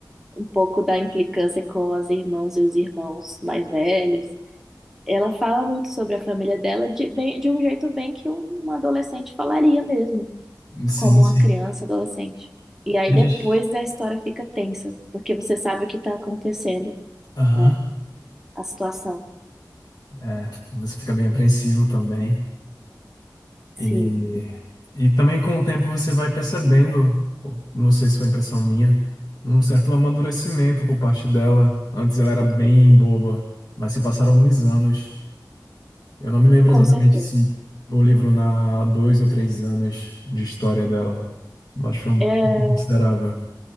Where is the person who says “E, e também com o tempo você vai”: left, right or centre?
Left